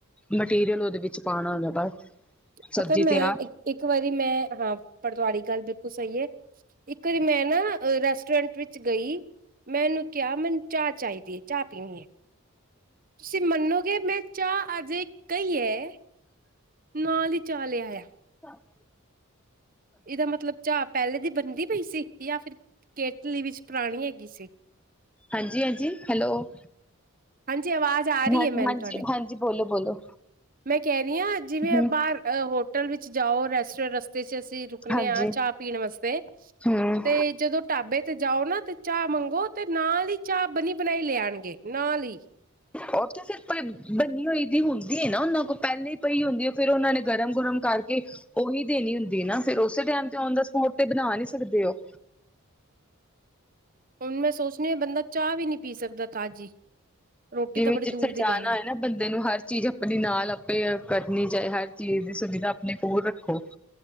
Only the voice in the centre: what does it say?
ਮਟੀਰੀਅਲ ਉਹਦੇ ਵਿੱਚ ਪਾਉਣਾ ਬਸ ਸਬਜ਼ੀ
ਤਿਆਰ
ਹੂੰ
ਹਾਂਜੀ ਹਾਂਜੀ ਹੈਲੋ।
ਹਾਂ
ਹਾਂਜੀ
ਹਾਂਜੀ ਬੋਲੋ ਬੋਲੋ
ਹਮ
ਹਾਂਜੀ
ਹਮ
ਉਹਥੇ ਫਿਰ ਕੋਈ ਬੰਨੀ ਹੋਈ ਹੁੰਦੀ ਹੈ ਨਾ ਉਹਨਾਂ ਕੋਲ ਪਹਿਲੇ ਹੀ ਪਈ ਹੁੰਦੀ ਹੈ ਫੇਰ ਉਹਨਾਂ ਨੇ ਗਰਮ- ਗਰਮ ਕਰਕੇ ਉਹੀ ਦੇਣੀ ਹੁੰਦੀ ਹੈ ਨਾ ਫਿਰ ਉਸੇ ਟਾਈਮ ਤੇ ਨ ਦਾ ਸਪੋਟ ਤੇ ਬਣਾ ਨੀ ਸਕਦੇ ਉਹ
ਜਿਵੇਂ
ਜਿੱਥੇ
ਜਾਣਾ
ਹੈ ਨਾ ਬੰਦੇ ਨੂੰ ਹਰ ਚੀਜ਼ ਆਪਣੀ ਨਾਲ ਆਪੇ ਕਰਨੀ ਹਰ ਚੀਜ਼ ਦੀ ਸੁਵਿਧਾ ਆਪਣੇ ਹੋਰ ਰੱਖੋ